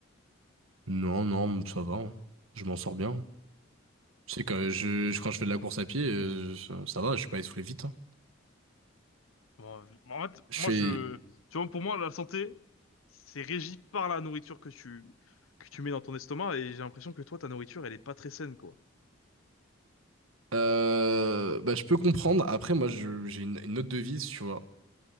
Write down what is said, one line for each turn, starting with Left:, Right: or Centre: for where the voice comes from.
Right: Non, non, ça va. hein. Je m'en sors bien. Tu sais, quand je, je- quand je fais de la course à pied, euh, ça, ça va, je suis pas essoufflé vite. hein.
Left: Bon, je- bon, en fait,
Right: Je
Left: moi,
Right: fais...
Left: je, tu vois, pour moi, la santé, c'est régi par la nourriture que tu, que tu mets dans ton estomac, et j'ai l'impression que toi, ta nourriture, elle est pas très saine, quoi.
Right: euh, bah, je peux comprendre. Après, moi, je- j'ai une, une autre devise, tu vois.